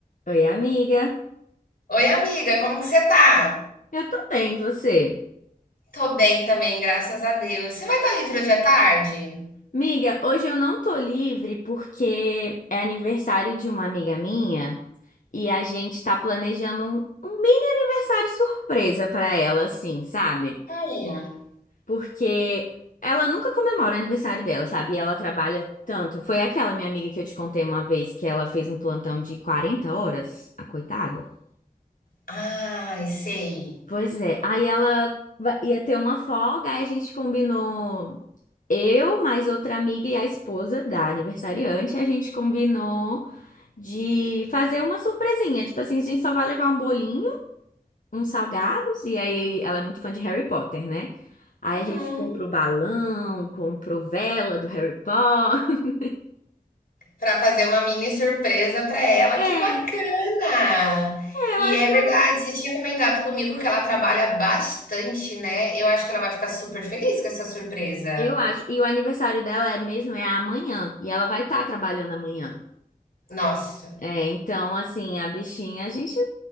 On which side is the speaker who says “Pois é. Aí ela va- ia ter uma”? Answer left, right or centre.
Left